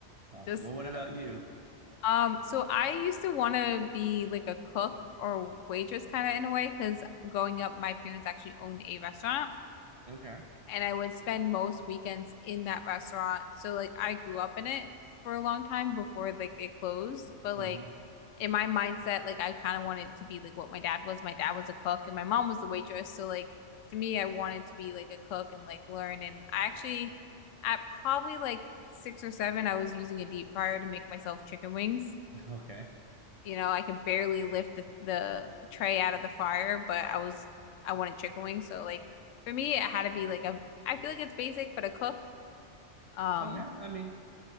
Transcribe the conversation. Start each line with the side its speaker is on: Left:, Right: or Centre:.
Right: Uh,
Left: just
Right: well, what about you?
Left: Um, so I used to want to be like a cook or waitress kind of in a way because growing up, my parents actually owned a restaurant
Right: Okay.
Left: and I would spend most weekends in that restaurant. So like I grew up in it for a long time before like it closed. But
Right: hmm
Left: like
Right: <laughs>
Left: in my mindset, like I kind of wanted to be like what my dad was. My dad was a cook and my mom was the waitress. So like to me, I wanted to be like a cook and like learn. And I actually at probably like six or seven, I was using a deep fryer to make myself chicken wings.
Right: Okay.
Left: You know, I could barely lift the the tray out of the fire, but I was I wanted chicken wings, so like for me it had to be like a I feel like it's basic, but a cook. Um
Right: Okay. I mean,